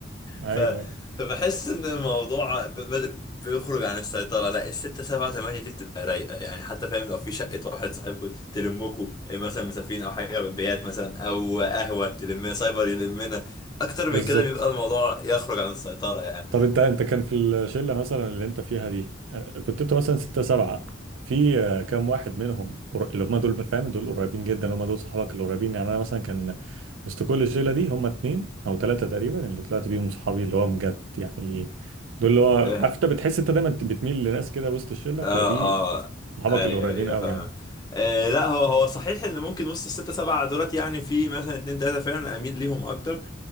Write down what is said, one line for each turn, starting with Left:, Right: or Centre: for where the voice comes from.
Right: ايوه
Left: ف...
Right: ايوه
Left: فبحس ان الموضوع ب... ب- بيخرج عن السيطرة لا الستة سبعة تمانية دي بتبقى رايقة يعني حتى فاهم لو في شقة واحد صاحبكم تلمكوا إيه مثلا مسافرين او حاجة بيات مثلا او قهوة تلمنا سايبر يلمنا اكتر
Right: بالظبط
Left: من كده بيبقى الموضوع يخرج عن السيطرة يعني
Right: طب انت انت كان في الشله مثلا اللي انت فيها دي آه، كنت انت مثلا ستة سبعة في آه، كام واحد منهم قر- اللي هم دول فاهم دول قريبين جدا هم دول صحابك القريبين يعني انا مثلا كان وسط كل الشله دي هم اتنين او ثلاثه تقريبا اللي طلعت بيهم صحابي اللي هو بجد يعني دول اللي هو عارف
Left: اه
Right: انت بتحس انت دايما بتميل لناس كده وسط الشله
Left: اه
Right: بتبقى دي
Left: آه.
Right: صحابك
Left: ايوه
Right: القريبين
Left: ايوه
Right: قوي
Left: فاهم
Right: يعني
Left: آه لا هو هو صحيح ان ممكن وسط الستة سبعة دولت يعني في مثلا اتنين تلاتة فعلا اميل ليهم اكتر